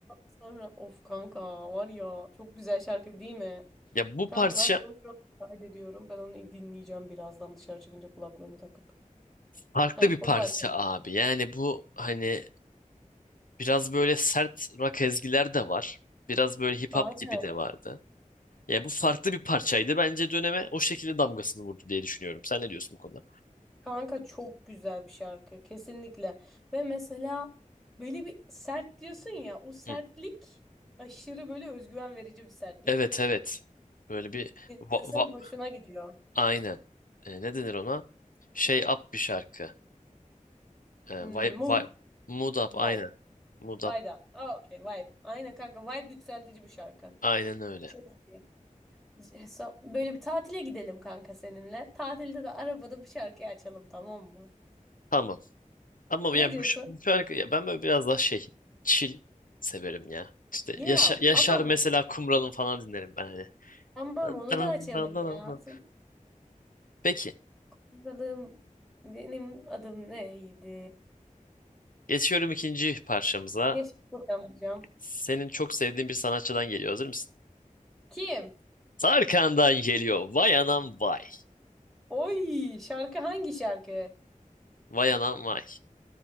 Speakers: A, in the centre; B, on the left.
A: Sonra of kanka var ya çok güzel şarkı değil mi?
B: Ya bu
A: Kanki
B: parça
A: var ya onu şu an kaydediyorum. Ben onu dinleyeceğim birazdan dışarı çıkınca kulaklığımı takıp.
B: farklı
A: Heh
B: bir parça
A: bu parçanı.
B: abi. Yani bu hani biraz böyle sert rock ezgiler de var. Biraz böyle hip
A: Aynen.
B: hop gibi de vardı. Ya bu farklı bir parçaydı. Bence döneme o şekilde damgasını vurdu diye düşünüyorum. Sen ne diyorsun bu konuda?
A: Kanka çok güzel bir şarkı kesinlikle. Ve mesela böyle bir sert diyorsun ya o sertlik
B: Hı.
A: aşırı böyle özgüven verici bir sertlik.
B: Evet evet. Böyle bir va-
A: İnsanın
B: va-
A: hoşuna gidiyor.
B: aynen. E, ne denir ona? Şey up bir şarkı. E,
A: Hmm,
B: vay,
A: mood,
B: vay, mood up
A: vibe,
B: aynen. Mood
A: vibe
B: up
A: da. Aa, okay, vibe. Aynen kanka vibe yükseltici bir şarkı.
B: aynen öyle.
A: Çok iyi. Hesap- Böyle bir tatile gidelim kanka seninle. Tatilde de arabada bir şarkı açalım tamam mı?
B: Tamam. Ama
A: Ne
B: ya
A: diyorsun?
B: bu, ş- bu şarkı ya ben böyle biraz daha şey chill severim ya. İşte
A: Ya
B: Yaşar, Yaşar
A: tamam.
B: mesela Kumral'ın falan dinlerim ben hani.
A: Tamam onu
B: Dın
A: da açalım
B: dın dın
A: ya.
B: dın.
A: Senin
B: Peki
A: bakalım benim adım neydi?
B: geçiyorum ikinci parçamıza.
A: Keşke bulamayacağım.
B: Senin çok sevdiğin bir sanatçıdan geliyor. Hazır mısın?
A: Kim?
B: Tarkan'dan geliyor. Vay anam vay.
A: Oy şarkı hangi şarkı?
B: Vay anam vay.